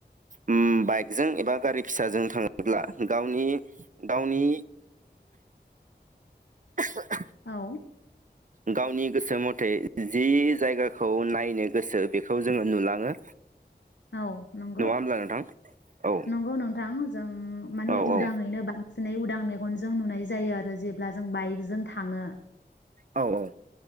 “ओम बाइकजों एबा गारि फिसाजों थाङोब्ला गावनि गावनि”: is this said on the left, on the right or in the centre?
Right